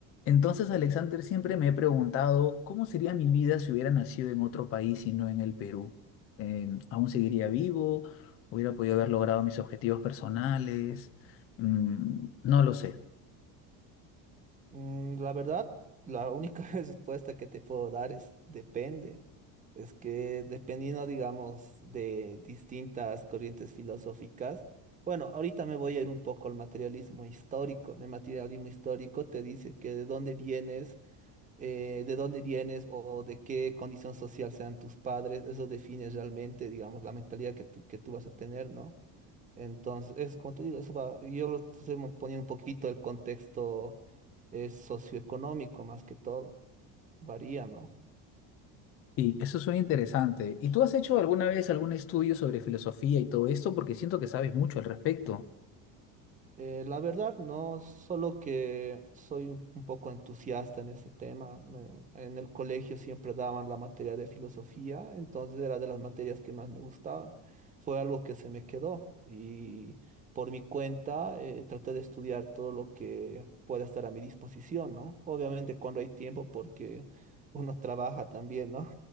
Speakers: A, on the left; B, on the right.
A: Entonces, Alexander, siempre me he preguntado cómo sería mi vida si hubiera nacido en otro país y no en el Perú. Em, ¿aún seguiría vivo? ¿Hubiera podido haber logrado mis objetivos personales? Mm, no lo sé.
B: Mm, La verdad, la única <laughs> respuesta que te puedo dar es depende. Es que dependiendo, digamos, de distintas corrientes filosóficas, bueno, ahorita me voy a ir un poco al materialismo histórico. En el materialismo histórico te dice que de dónde vienes eh, de dónde vienes o de qué condición social sean tus padres, eso define realmente, digamos, la mentalidad que tú, que tú vas a tener, ¿no? Entonces, es como te digo, eso va, yo lo estoy mo- poniendo un poquito el contexto eh, socioeconómico más que todo, varía, ¿no?
A: Y eso suena interesante. ¿Y tú has hecho alguna vez algún estudio sobre filosofía y todo esto? Porque siento que sabes mucho al respecto.
B: Eh, la verdad, no, solo que soy un un poco entusiasta en ese tema. me- en el colegio siempre daban la materia de filosofía, entonces era de las materias que más me gustaban. Fue algo que se me quedó y por mi cuenta eh, traté de estudiar todo lo que pueda estar a mi disposición, ¿no? Obviamente cuando hay tiempo porque uno trabaja también, ¿no?